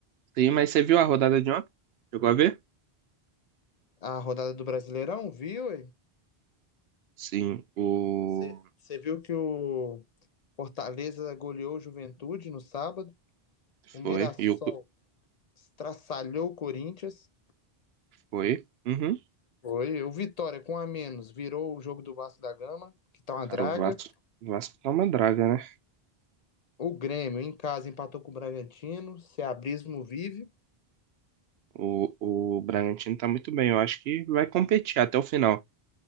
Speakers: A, on the right; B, on the left.
A: Sim, mas você viu a rodada de ontem? Chegou a ver?
B: A rodada do Brasileirão, viu?
A: Sim, o.
B: Você viu que o Fortaleza goleou o Juventude no sábado, o
A: Foi.
B: Mirassol
A: E o.
B: estraçalhou o Corinthians,
A: Foi. Uhum.
B: foi o Vitória com a menos virou o jogo do Vasco da Gama, que tá uma
A: Cara,
B: draga.
A: o Vasco. O Vasco tá uma draga, né?
B: O Grêmio em casa empatou com o Bragantino, Ceabrismo vive,
A: O, o Bragantino tá muito bem. Eu acho que vai competir até o final.